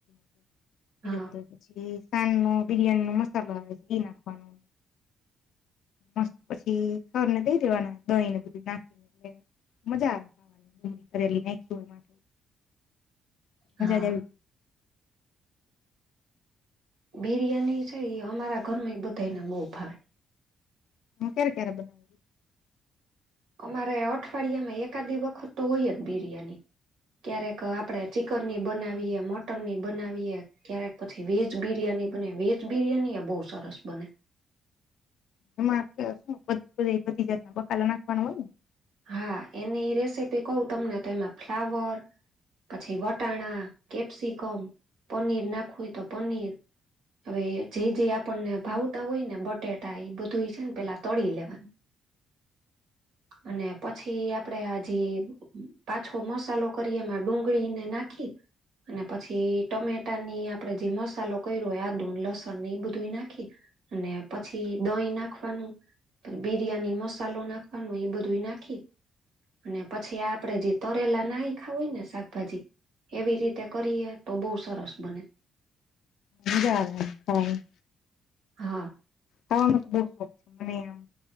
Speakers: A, on the left; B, on the right.
A: <inaudible> બીજો
B: હા
A: બધ પી સાન નો બિરિયાની નો મસો આવે ઈ નાખવાનો, મસ્ત પછી સર ને દઈ દેવાના દહી ને બધી નાખીને એટ મજા આવે. <inaudible> દૂરી કરેલી નાખી હોય મા. મજાજ
B: હા બિરિયાની છે એ અમારા ઘરમાં એ બધાને બહુ ભાવે,
A: હું કે્યારે કે્યારે બનાવ
B: અમારે અઠવાડિયામાં એકાદી વખત તો હોય જ બિરિયાની, ક્યારેક આપડે ચિ કન ની બનાવીએ મટન ની બનાવીએ, ક્યારેક પછી વેજ બિરિયાની બને વેજ બિરિયાની એ બહુ સરસ બને,
A: હમ્મ શું બધી જ ના બકાલો નાખવાનો હોય ને,
B: હા, એની રેસીપી કવ તમને તો એમાં ફ્લાવર પછી વટાણા કેપ્સિકમ પનીર નાખવુંય તો પનીર હવે જે જે આપણને ભાવતા હોય ને બટેટા એ બધું છે, ને પેલા તળી લેવાનું અને પછી આપણેે હજી પાછો મસાલો કરી એમાં ડુંગળીને નાખી, અને પછી ટમેટાની આપડણે જે મસાલો કર્યો આદુ લસણ ને એ બધું નાખી, અને પછી દહીં નાખવાનું બિરિયાની મસાલો નાખવાનું, એ બધું નાખી અને પછી આપણેે જે તરેલા ના ખાવું હોય ને શાકભાજી એવી રીતે કરીએ તો બહુ સરસ બને,
A: મજા આવે ખાવાની.
B: હા,
A: ખાવાનો તો બહ શોખ છે, મનેમ